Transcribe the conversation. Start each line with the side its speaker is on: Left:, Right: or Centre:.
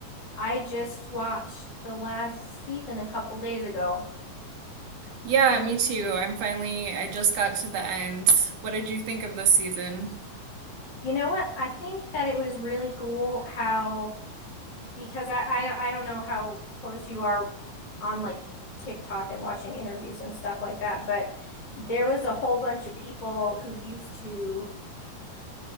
Left: I just watched the last season a couple days ago.
Right: Yeah, me too. I'm finally, I just got to the end. What did you think of this season?
Left: You know what? I think that it was really cool how because I I, I don't know how close you are on like TikTok and watching interviews and stuff like that, but there was a whole bunch of people who used to